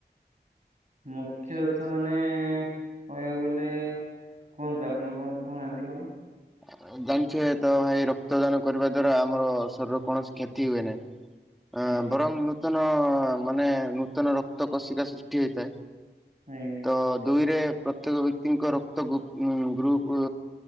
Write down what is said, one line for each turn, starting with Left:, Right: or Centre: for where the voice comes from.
Right: ମୁଖ୍ୟ ତଥ୍ୟ ମାନେ କହିବାକୁ ଗଲେ କୁହନ୍ତୁ ଆପଣ କଣ କହୁନାହାନ୍ତି କଣ?
Centre: ଆ-ଆ ଜାଣିଥିବେ ତ ଭାଇ ରକ୍ତଦାନ କରିବା ଦ୍ଵାରା ଆମର ଶରୀରର କୌଣସି କ୍ଷତି ହୁଏ ନାହିଁ। ଅ
Right: ଆଜ୍ଞା
Centre: ବରଂ ନୂତନ ମାନେ ନୂତନ ରକ୍ତ କୋଷିକା ସୃଷ୍ଟି ହେଇଥାଏ।
Right: ଆଜ୍ଞା।
Centre: ତ ଦୁଇରେ ପ୍ରତ୍ୟେକ ବ୍ୟକ୍ତିଙ୍କ ରକ୍ତ ଗୁ ଉଁ ଗ୍ରୁପ